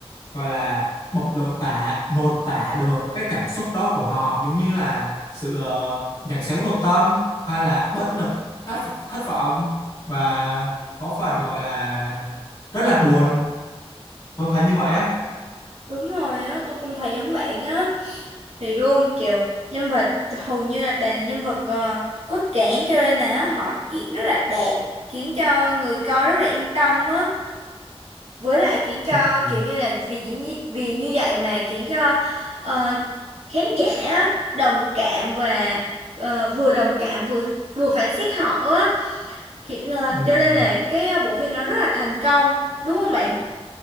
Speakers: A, on the left; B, on the right.
A: gọi là bộc lộ tả nội tả được cái cảm xúc đó của họ giống như là sự uh, giằng xéo nội tâm hay là bất lực thất thất vọng và có phần gọi là rất là buồn tôi thấy như vậy á
B: đúng rồi á tôi cũng thấy giống bạn á thì luôn kiểu nhân vật hầu như là toàn là nhân vật ờ, cốt cản cho nên là họ diễn rất là đạt khiến cho người coi rất là yên tâm á với lại khiến cho
A: ừ.
B: kiểu như là vì diễn vi- vì như vậy mà khiến cho ờ, khán giả á, đồng cảm và ờ, vừa đồng cảm vừa vừa phán xét họ á Ki- ờ,
A: Ừ,
B: cho nên là cái bộ phim nó rất là thành công đúng không bạn